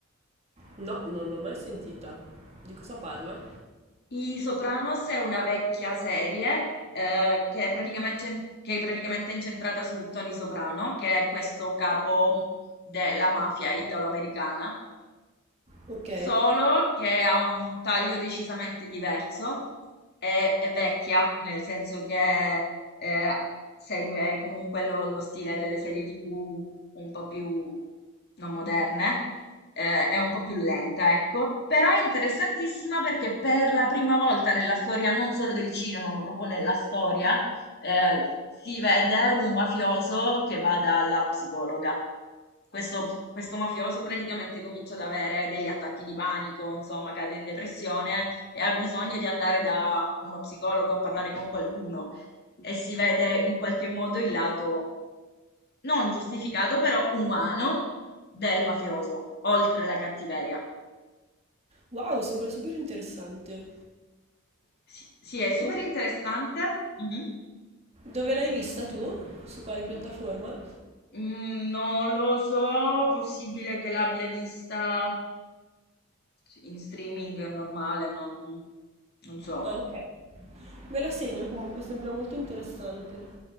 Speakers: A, on the right; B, on the left.
A: No, non l'ho mai sentita. Di cosa parla?
B: I Sopranos è una vecchia serie eh, che è praticamente, che è praticamente incentrata su Tony Soprano, che è questo capo della mafia italo-americana.
A: Ok.
B: solo che ha un taglio decisamente diverso, è, è vecchia, nel senso che eh, segue comunque lo, lo stile delle serie TV un po' più non moderne, eh, è un po' più lenta, ecco, però è interessantissima perché per la prima volta nella storia, non solo del cinema, ma proprio nella storia, eh, si vede un mafioso che va dalla psicologa. Questo, questo mafioso praticamente comincia ad avere degli attacchi di panico, insomma, cade in depressione e ha bisogno di andare da uno psicologo a parlare con qualcuno. E si vede in qualche modo il lato non giustificato, però umano del mafioso, oltre la cattiveria.
A: Wow, sembra super interessante.
B: Sì, sì, è super
A: Me la-
B: interessante. Mhm.
A: Dove l'hai vista tu? Su quale piattaforma?
B: Mm, Non lo so, possibile che l'abbia vista in streaming normale, non, non so.
A: Ah, ok. Me la segno comunque, sembra molto interessante.